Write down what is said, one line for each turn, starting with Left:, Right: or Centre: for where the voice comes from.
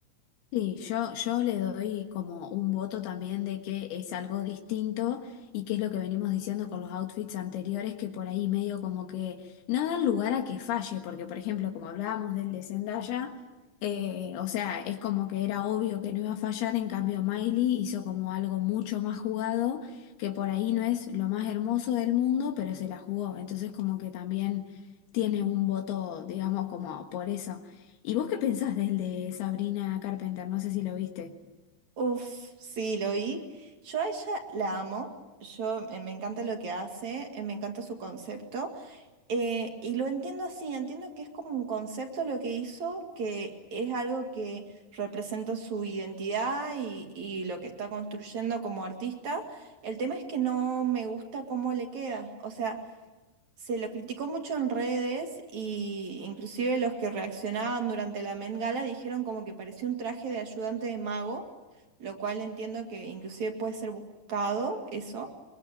Left: Sí, yo, yo le doy como un voto también de que es algo distinto y que es lo que venimos diciendo con los outfits anteriores, que por ahí medio como que no dan lugar a que falle, porque por ejemplo, como hablábamos del de Zendaya, eh, o sea, es como que era obvio que no iba a fallar, en cambio Miley hizo como algo mucho más jugado, que por ahí no es lo más hermoso del mundo, pero se la jugó, entonces como que también tiene un voto, digamos, como por eso. ¿Y vos qué pensás del de Sabrina Carpenter? No sé si lo viste.
Right: Uf, sí, lo vi. Yo a ella la amo, yo eh, me encanta lo que hace, eh, me encanta su concepto. Eh, y lo entiendo así, entiendo que es como un concepto lo que hizo, que es algo que representa su identidad y, y lo que está construyendo como artista. El tema es que no me gusta cómo le queda. O sea, se lo criticó mucho en redes y inclusive los que reaccionaban durante la Met Gala dijeron como que parecía un traje de ayudante de mago, lo cual entiendo que inclusive puede ser buscado eso